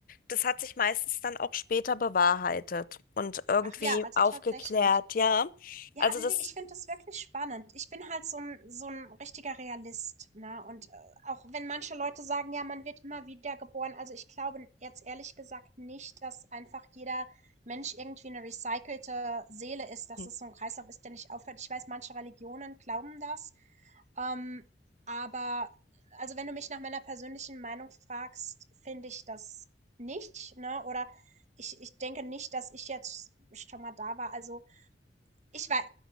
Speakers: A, on the left; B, on the right.
A: das hat sich meistens dann auch später bewahrheitet und irgendwie
B: Ach ja, also
A: aufgeklärt,
B: tatsächlich.
A: ja.
B: Ja,
A: Also
B: ne,
A: das.
B: ich finde das wirklich spannend. Ich bin halt so ein so ein richtiger Realist, ne? Und, äh, auch wenn manche Leute sagen: „Ja, man wird immer wieder geboren“, also, ich glaube jetzt ehrlich gesagt nicht, dass einfach jeder Mensch irgendwie eine recycelte Seele ist, dass
A: Hm.
B: es so ein Kreislauf ist, der nicht aufhört. Ich weiß, manche Religionen glauben das, ähm, aber also, wenn du mich nach meiner persönlichen Meinung fragst, finde ich das nicht, ne? Oder ich ich denke nicht, dass ich jetzt schon mal da war. Also ich weiß,